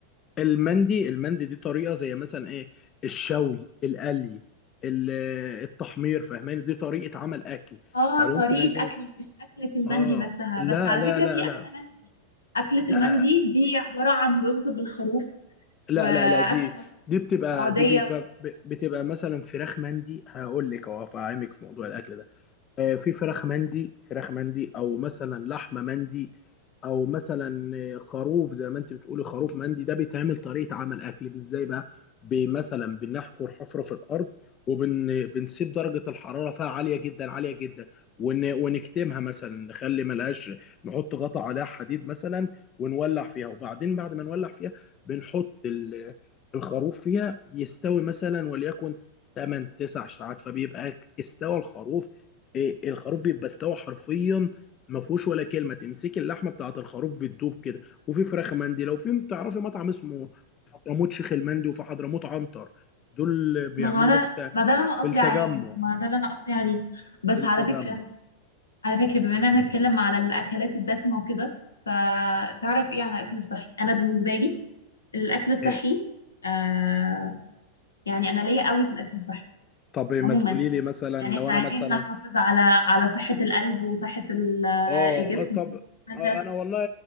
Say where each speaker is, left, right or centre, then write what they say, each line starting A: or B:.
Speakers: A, on the left; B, on the left.
A: المندي المندي دي طريقة زي مثلا ايه الشوي القلي ال- التحمير فاهماني دي طريقة عمل اكل
B: اه
A: يعني
B: طريقة
A: يمكن اجيب
B: أكل مش أكلة المندي
A: اه
B: نفسها
A: لا
B: بس على
A: لا
B: فكرة
A: لا
B: في
A: لا
B: أكلة مندي أكلة
A: لا
B: المندي دي عبارة عن رز بالخروف
A: لا
B: وأكلة
A: لا لا دي
B: مشهورة
A: دي بتبقى
B: سعودية
A: دي بيبقى بتبقى مثلا فراخ مندي هقول لك اهو هفهمك في موضوع الاكل ده آه، في فراخ مندي فراخ مندي او مثلا لحمه مندي او مثلا آه، خروف زي ما انت بتقولي خروف مندي ده بيتعمل طريقه عمل اكل ازاي بقى ب- مثلا بنحفر حفره في الارض وبنسيب درجه الحراره فيها عاليه جدا عاليه جدا ون... ونكتمها مثلا نخلي ملهاش نحط غطا عليها حديد مثلا ونولع فيها وبعدين بعد ما نولع فيها بنحط ال... الخروف فيها يستوي مثلا وليكن 8 9 ساعات فبيبقى استوى الخروف إيه، الخروف بيبقى استوى حرفيا ما فيهوش ولا كلمه تمسكي اللحمه بتاعه الخروف بتدوب كده وفي فراخ مندي لو في تعرفي مطعم اسمه حضرموت شيخ المندي وفي حضرموت عنتر دول بيعملوا
B: ما هو انا
A: ده في الت...
B: ما ده اللي انا قصدي
A: في التجمع
B: عليه ما ده اللي انا قصدي عليه بس
A: في التجمع
B: على فكرة على فكرة بما اننا بنتكلم على الاكلات الدسمة وكده فتعرف ايه عن الاكل الصحي انا بالنسبة لي الاكل الصحي
A: إيه.
B: آه يعني انا ليا قوي في الاكل الصحي
A: طب ما
B: عموما
A: تقولي لي مثلا
B: يعني
A: لو
B: احنا
A: انا
B: عايزين
A: مثلا
B: نحافظ على على صحة القلب وصحة ال-
A: اه
B: الجسم
A: آه، طب
B: فانت
A: آه انا والله